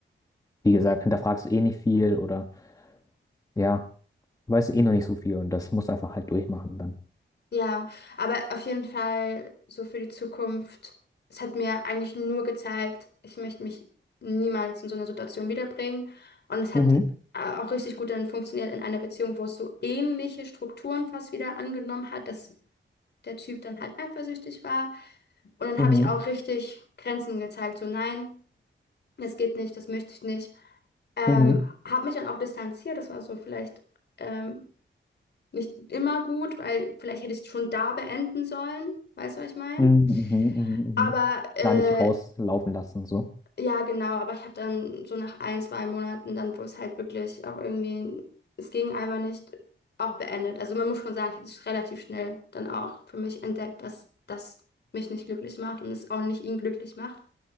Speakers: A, on the left (about 15°); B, on the left (about 55°).
A: wie gesagt, hinterfragst du eh nicht viel oder ja, weißt du eh noch nicht so viel und das musst du einfach halt durchmachen dann.
B: Ja, aber auf jeden Fall so für die Zukunft. Es hat mir eigentlich nur gezeigt, ich möchte mich niemals in so eine Situation wiederbringen. Und es hat
A: Mhm.
B: äh, auch richtig gut dann funktioniert in einer Beziehung, wo es so ähnliche Strukturen fast wieder angenommen hat, dass der Typ dann halt eifersüchtig war. Und dann
A: Mhm.
B: habe ich auch richtig Grenzen gezeigt, so nein, das geht nicht, das möchte ich nicht. Ähm,
A: Mhm.
B: habe mich dann auch distanziert, das war so vielleicht ähm, nicht immer gut, weil vielleicht hätte ich es schon da beenden sollen, weißt du, was ich meine?
A: Mhm. Mhm. Mhm.
B: Aber
A: Mhm.
B: äh,
A: Gar nicht rauslaufen lassen, so.
B: Ja, genau, aber ich habe dann so nach ein, zwei Monaten, dann wo es halt wirklich auch irgendwie, es ging einfach nicht, auch beendet. Also man muss schon sagen, ich habe es relativ schnell dann auch für mich entdeckt, dass das mich nicht glücklich macht und es auch nicht ihn glücklich macht.